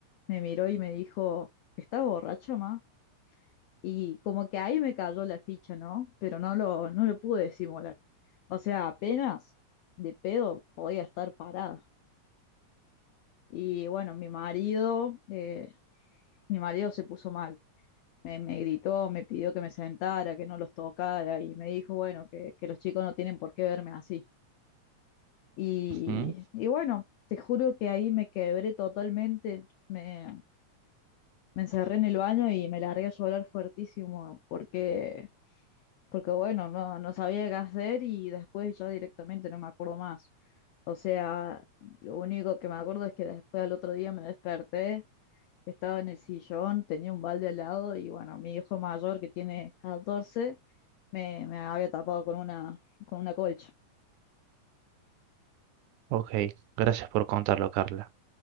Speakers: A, on the left; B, on the right.
A: me miró y me dijo, ¿estás borracha, ma? Y como que ahí me cayó la ficha, ¿no? Pero no lo, no lo pude disimular. O sea, apenas de pedo podía estar parada. Y bueno, mi marido, eh, mi marido se puso mal. Me, me gritó, me pidió que me sentara, que no los tocara y me dijo, bueno, que, que los chicos no tienen por qué verme así. Y,
B: Ujú,
A: y bueno, te juro que ahí me quebré totalmente. Me, me encerré en el baño y me largué a llorar fuertísimo porque, porque bueno, no, no sabía qué hacer y después yo directamente no me acuerdo más. O sea, lo único que me acuerdo es que después al otro día me desperté estaba en el sillón, tenía un balde al lado y bueno, mi hijo mayor que tiene 14 me, me había tapado con una, con una colcha.
B: Ok, gracias por contarlo, Carla.